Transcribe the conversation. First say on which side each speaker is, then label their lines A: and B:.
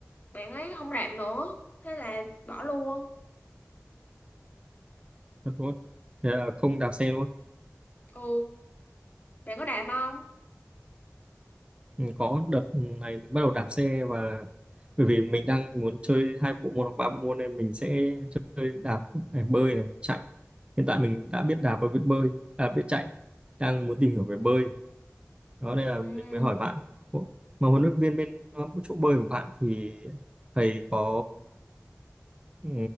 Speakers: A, on the left (about 35°); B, on the right (about 20°).
A: bạn ấy không đạp nữa thế là bỏ luôn
B: thật luôn thế là không đạp xe luôn
A: ừ bạn có đạp không
B: ừ, có đợt này mình bắt đầu đạp xe và bởi vì mình đang muốn chơi hai bộ môn hoặc ba bộ môn nên mình sẽ chơi đạp này, bơi này chạy hiện tại mình đã biết đạp và biết bơi à, biết chạy đang muốn tìm hiểu về bơi đó nên là
A: ừ
B: mình mới hỏi bạn Ủa, mà huấn luyện viên bên ờ, chỗ bơi của bạn thì thầy có ừ,